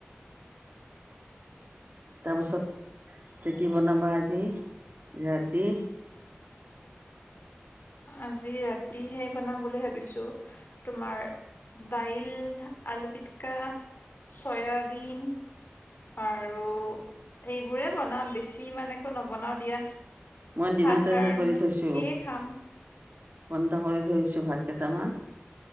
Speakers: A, on the right; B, on the left.
A: তাৰপাছত কি বনাবা আজি ৰাতি
B: আজি ৰাতি হেই বনাম বুলি ভাবিছোঁ তোমাৰ দাইল, আলু পিটিকা চয়াবিন আৰু এইবোৰে বনাম বেছি ইমান একো নবনাও দিয়া।
A: মই দিনতে
B: সাধাৰণকে
A: সেই কৰি থৈছোঁ
B: খাম।
A: বন্ধ কৰি থৈ দিছো ভাতকেটামান।